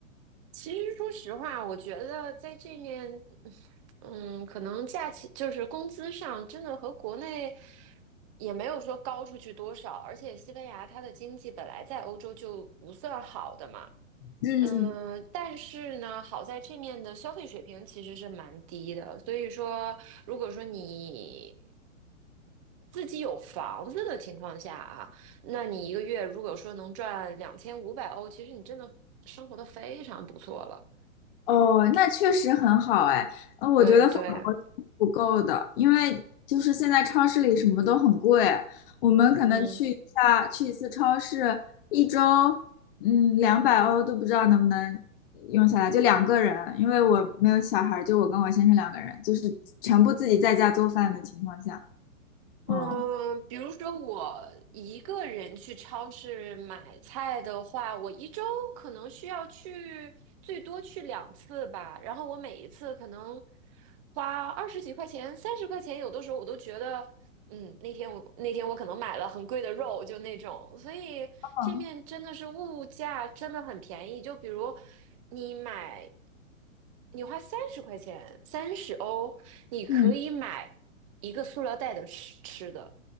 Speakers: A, on the right; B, on the left.
A: 其实说实话，我觉得在这面。嗯，可能假期就是工资上真的和国内也没有说高出去多少，而且西班牙它的经济本来在欧洲就不算好的嘛，
B: 嗯，
A: 嗯，但是呢，好在这面的消费水平其实是蛮低的，所以说如果说你自己有房子的情况下啊，那你一个月如果说能赚两千五百欧，其实你真的生活的非常不错了。
B: 哦，那确实很好哎，呃，我觉得法国是不够的，
A: 对对，
B: 因为就是现在超市里什么都很贵，我们可能去一下去一次超市，
A: 嗯。
B: 一周嗯两百欧都不知道能不能用下来，就两个人，因为我没有小孩儿就我跟我先生两个人，就是全部自己在家做饭的情况下，
A: 嗯，
B: 嗯
A: 比如说我一个人去超市买菜的话，我一周可能需要去最多去两次吧，然后我每一次可能花二十几块钱、三十块钱，有的时候我都觉得嗯，那天我那天我可能买了很贵的肉，就那种，所以这面真的是物价真的很便宜。
B: 嗯
A: 就比如你买，你花三十块钱，三十欧，你可以买一个塑料袋的吃吃的，
B: 嗯，